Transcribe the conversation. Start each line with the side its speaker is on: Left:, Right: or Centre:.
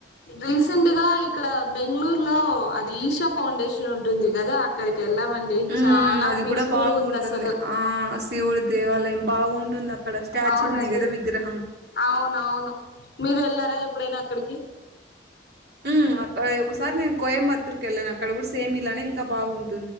Left: రీసెంట్ గా ఇక్కడ బెంగళూరు లో అది ఈషా ఫౌండేషన్ ఉంటుంది కదా అక్కడికి కెళ్ళామండి
Right: హ్మ్.
Left: చాలా
Right: అది
Left: పీస్
Right: కూడా
Left: ఫుల్
Right: బాగుంటుంది.
Left: గా ఉంది అసలు
Right: ఆ! శివుడి దేవాలయం బాగుంటుంది. అక్కడ స్టాచ్యూ
Left: అవునండి
Right: ఉంది గదా! విగ్రహం.
Left: అవున అవును మీరు వెళ్లారా ఎప్పుడైనా ఎక్కడకి
Right: హ్మ్. ఒకసారి నేను కోయంబత్తూర్ కి వెళ్ళాను అక్కడ కూడా సేమ్ ఇల్లానే ఇంకా బాగుంటు